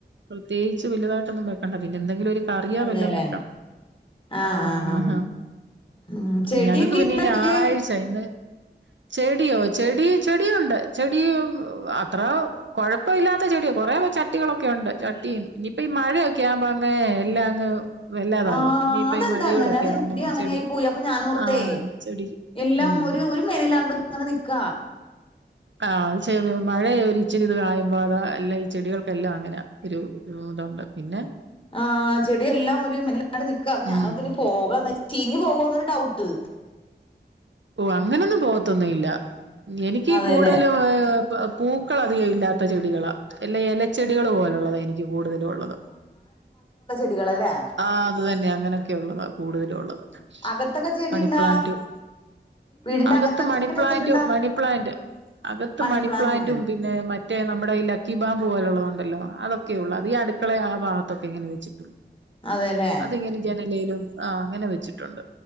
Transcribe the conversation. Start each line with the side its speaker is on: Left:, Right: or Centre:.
Right: പ്രത്യേകിച്ച് വലുതായിട്ടൊന്നും വെക്കണ്ട പിന്നെ എന്തെങ്കിലും ഒരു കറിയാ
Left: അതെല്ലേ
Right: വെല്ലാം വെക്കണം
Left: ആ
Right: ആഹ
Left: ആ ആ
Right: ആഹ
Left: ഉം ചെടിയൊക്കെ
Right: ഞങ്ങക്ക് പിന്നെ
Left: ഉണ്ടോ വീട്ടില്
Right: ഞായറാഴ്ച ഇന്ന് ഉം ചെടിയോ ചെടി ചെടിയ ഉണ്ട് ചെടി അത്ര കൊഴപ്പ ഇല്ലാത്ത ചെടിയോ കൊറെേ ചട്ടികളൊക്കെ ഉണ്ട് ചട്ടിയ ഇനിയിപ്പ ഈ മഴയൊക്കെ ആവുമ്പോ അങ്ങ എല്ലാം അങ്ങ് വല്ലാതാകും
Left: ആ
Right: ഇനിയിപ്പ
Left: അതെന്താ
Right: ഈ മഴയോടൊക്കെ
Left: അങ്ങനെ അത് എന്റെയും
Right: ആകുമ്പോ
Left: അങ്ങനെയായി
Right: ചെടി
Left: പോയി അപ്പൊ ഞാൻ ഓർത്തേ
Right: ആ ചെടി
Left: എല്ലാം
Right: ഉം
Left: ഒരു ഒരു മനൽാണ്ട അങ്ങനെ നിക്ക
Right: ആ അത് മഴയ ഇച്ചിരി ഇത് കായുമ്പോ അത അല്ല ഈ ചെടികൾക്കെല്ലാം അങ്ങനെ ഒരു അതോണ്ട് പിന്നെ
Left: ആഹ് ചെടിയെല്ലാം ഒരു മാട് നിക്കാ
Right: ഉം
Left: ഞാനോത്തന് പോകാന്ന് ചീഞ്ഞു പോകന്നൊരു ഡൗട്ട്
Right: ഓ അങ്ങനൊന്നും പോത്തൊന്നുംല്ല എനിക്ക്
Left: അതെല്ലേ
Right: കൂടുതലും ഏ പൂക്കള അധികം ഇല്ലാത്ത ചെടികളാ അല്ല ഇലച്ചെടികള് പോലുള്ളതാ എനിക്ക് കൂടുതലും ഉള്ളത്
Left: കുട്ടികളല്ലേ
Right: ആഹ് അത് തന്നെ അങ്ങനെയൊക്കെ ഉള്ളതാണ് കൂടുതലുംള്ളത്
Left: അകത്തൊക്കെ ചെടി
Right: മണിപ്ലാന്റും
Left: ഉണ്ടാ വീടിന്റെ
Right: അകത്ത്
Left: അകത്തൊക്കെ
Right: മണിപ്ലാന്റ്
Left: ചെടി വെച്ചിട്ടുണ്ടാ
Right: മണിപ്ലാന്റ് അകത്ത്
Left: മണി
Right: മണിപ്ലാന്റും
Left: പ്ലാന്റ് ഉണ്ട്
Right: പിന്നെ മറ്റേ നമ്മുടെ ഈ ലക്കിബാ പോലുള്ളതു ഉണ്ടല്ല അതൊക്കെയ ഉള്ളൂ അത് ഈ അടുക്കളെ ആ ഭാഗത്തൊക്കെ ഇങ്ങനെ വെച്ചിട്ടുള്ളൂ
Left: അതെല്ലേ
Right: അതിങ്ങനെ ജനലയിലും ആ അങ്ങനെ വെച്ചിട്ടുണ്ട്